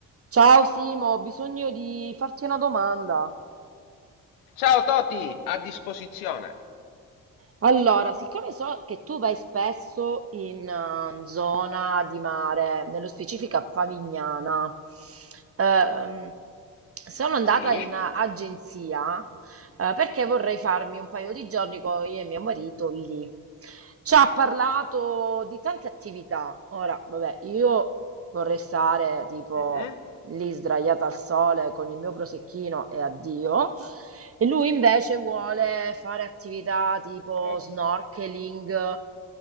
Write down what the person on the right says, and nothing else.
Ciao Simo, ho bisogno di farti una domanda.
Allora, siccome so che tu vai spesso in eh, zona di mare, nello specifico a Favignana, ehm, sono andata
in agenzia eh, perché vorrei farmi un paio di giorni con io e mio marito lì. Ci ha parlato di tante attività. Ora, vabbè, io vorrei stare tipo
lì sdraiata al sole con il mio prosecchino e addio. E lui invece vuole fare attività tipo
snorkeling.